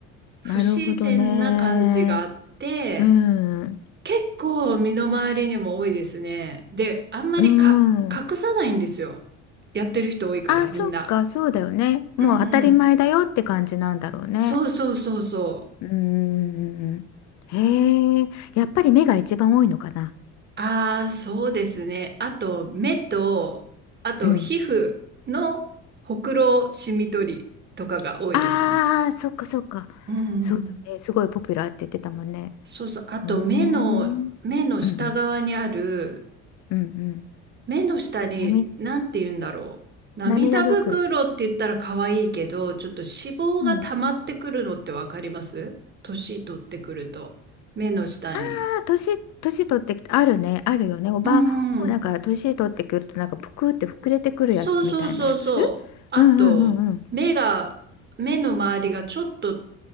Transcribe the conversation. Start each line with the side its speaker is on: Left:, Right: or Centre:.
Right: 不自然な感じがあって、
Left: なるほどね。うん。
Right: 結構身の回りにも多いですね。で、あんまりか隠さないんですよ。
Left: うん。
Right: やってる人多いからみんな。
Left: あ、そっか、そうだよね。もう当たり前だよって感じなんだろうね。
Right: うんうん。そうそうそうそう。
Left: うん。へえ、やっぱり目が一番多いのかな。
Right: ああ、そうですね。あと、目と、あと、
Left: うん。
Right: 皮膚のほくろシミ取りとかが多いですね。
Left: ああ、そっかそっか。
Right: うんうんうん。
Left: そうだよね。すごいポピュラーって言ってたもんね。
Right: そうそう。あと、
Left: うーん。うんうん。
Right: 目の、目の下側にある、
Left: うんうん。
Right: 目の下に、
Left: なみ
Right: なんて言うんだろう。涙袋って言ったら可愛いけど、
Left: 涙袋
Right: ちょっと脂肪が溜まってくるのってわかります年取ってくると。
Left: うん。
Right: 目の下に。
Left: まあ年、年取ってきて、あるね、あるよね。おば、
Right: うんうん。
Left: なんか年取ってくると、なんかぷくって膨れてくるやつみたいなやつ。
Right: そうそうそうそう。あと、
Left: うんうんうんうん。
Right: 目が、目の周りがちょっと